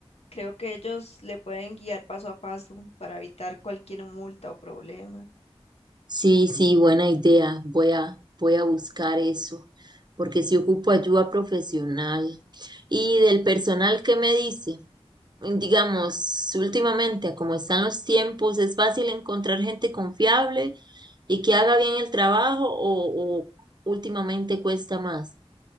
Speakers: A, on the left; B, on the right.
A: Creo que ellos le pueden guiar paso a paso para evitar cualquier multa o problema.
B: Sí, sí, buena idea. Voy a, voy a buscar eso, porque si ocupo ayuda profesional. Y del personal, ¿qué me dice? Digamos, últimamente, a como están los tiempos, ¿es fácil encontrar gente confiable y que haga bien el trabajo o, o últimamente cuesta más?